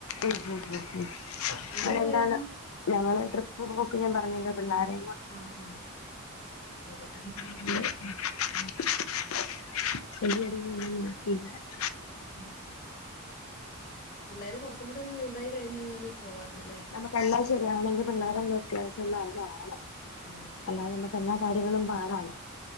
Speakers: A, on the left; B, on the left.
A: ഉം ഉം ഉം അ <unintelligible>
B: നിങ്ങള് പോയായിരുന്നോ
A: എന്താണ് ഞങ്ങള് ട്രിപ്പ് പോക്ക് ഞാൻ പറഞ്ഞല്ലോ പിള്ളേരെ
B: ആഹ് ആഹ് ശരിയാ
A: <unintelligible>
B: ഉം. പിള്ളാര് കൊർച് ച്ചും കൂടെ ഒന്ന് വലുതായി കഴിഞ്ഞഴിഞ്ഞാല് പോവാറുന്നല്ലേ
A: നമുക്കെല്ലാം ശരിയാണെങ്കിൽ പിള്ളേരൊന്ന് അത്യാവശം അറിവാവണം
B: ഉം
A: അല്ലാതെ നമുക്ക് എല്ലാ കാര്യങ്ങളും പാടാണ്